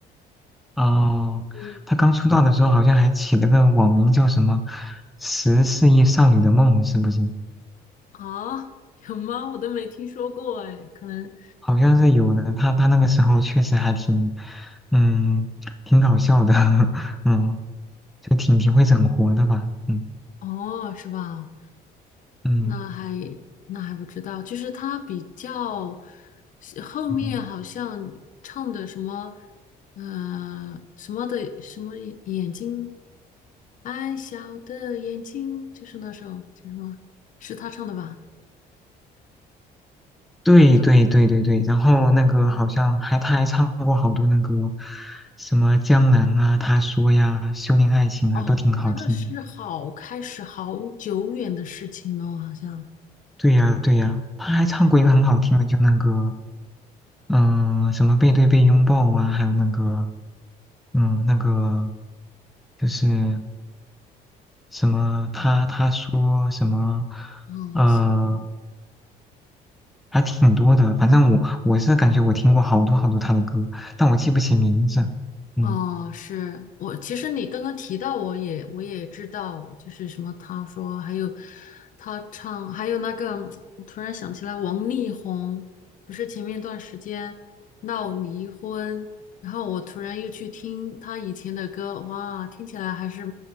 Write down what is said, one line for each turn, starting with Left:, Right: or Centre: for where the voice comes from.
Centre: 哦，
Left: 嗯，
Centre: 他刚出道的时候好像还起了个网名叫什么“十四亿少女的梦”，是不是？
Left: 啊，有吗？我都没听说过哎，可能。
Centre: 好像是有的。他他那个时候确实还挺，嗯，挺搞笑的，<laughs> 嗯，就挺挺会整活的吧，嗯
Left: 哦，是吧？
Centre: 嗯
Left: 那还那还不知道，就是他比较后面好像唱的什么，
Centre: 嗯，
Left: 呃，什么的什么眼睛，爱笑的眼睛，就是那首叫什么？是他唱的吧？
Centre: 对对对对对。
Left: 你
Centre: 然后那个好像还他还唱过好多那个
Left: 你
Centre: 什么《江南》啊，他说呀，《修炼爱情》啊，
Left: 哦，
Centre: 都挺好听的
Left: 那个是好开始好久远的事情了，好像
Centre: 对呀，对呀，他还唱过一个很好听的，就那个嗯、什么背对背拥抱啊，还有那个，嗯，那个就是什么他他说什么，
Left: 哦，
Centre: 呃，
Left: 是。
Centre: 还挺多的。反正我我是感觉我听过好多好多他的歌，但我记不起名字。嗯，
Left: 哦，是我。其实你刚刚提到，我也我也知道，就是什么，他说还有他唱，还有那个，我突然想起来，王力宏不是前面一段时间闹离婚，然后我突然又去听他以前的歌，哇，听起来还是